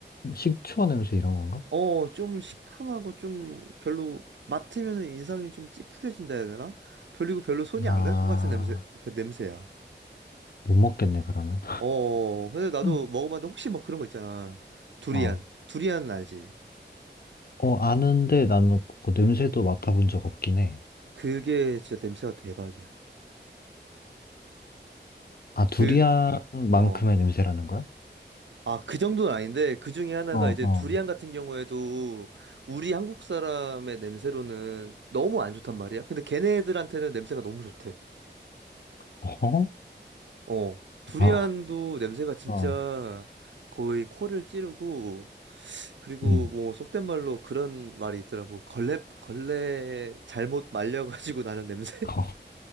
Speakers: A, on the left (about 55°); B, on the right (about 75°).
A: 식초 냄새 이런 건가?
B: 어, 좀 시큼하고 좀 별로 맡으면은 인상이 좀 찌푸려진다 해야 되나? 별이고 별로 손이
A: 아,
B: 안 갈 것 같은 냄새, 그 냄새야.
A: 못 먹겠네, 그러면.
B: 어, 어. 근데 나도
A: 음.
B: 먹어봤는데 혹시 뭐 그런 거 있잖아. 두리안.
A: 어,
B: 두리안은 알지?
A: 어, 아는데 나는 그 냄새도 맡아본 적 없긴 해.
B: 그게 진짜 냄새가 대박이야.
A: 아, 두리안만큼의
B: 그, 어.
A: 냄새라는 거야?
B: 아, 그 정도는 아닌데 그 중에 하나가
A: 어,
B: 이제
A: 어.
B: 두리안 같은 경우에도 우리 한국 사람의 냄새로는 너무 안 좋단 말이야. 근데 걔네들한테는 냄새가 너무 좋대.
A: 어?
B: 어, 두리안도
A: 아,
B: 냄새가 진짜
A: 어,
B: 거의 코를 찌르고, 그리고
A: 음.
B: 뭐 속된 말로 그런 말이 있더라고. 걸레, 걸레 잘못 말려가지고 나는 냄새?
A: 어.